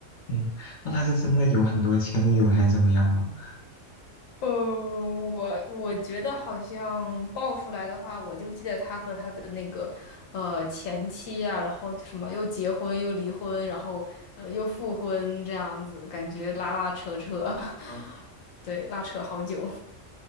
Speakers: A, on the left; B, on the left.
A: 嗯，那他是真的有很多前女友还是怎么样吗？
B: 呃，我我觉得好像爆出来的话，我就记得他和他的那个呃前妻啊，然后什么又结婚又离婚，然后呃又复婚这样子，感觉拉拉扯扯，
A: 嗯
B: <laughs> 对，拉扯好久。